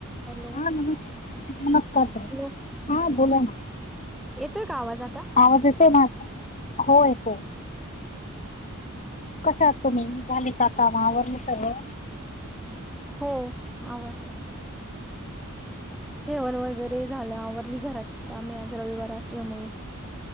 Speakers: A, in the centre; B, on the left.
A: हॅलो
B: हा नमस् नमस्कार
A: हॅलो
B: भाई हा बोला ना.
A: येतोय का आवाजात?
B: आवाज येतोय माझा? हो येतोय.
A: आम.
B: कसे आहात तुम्ही, झाले का काम आवरलं का सगळं?
A: हो आवरलं. जेवण वगैरे झालं आवरली घरात काम्ही आज रविवार असल्यामुळे.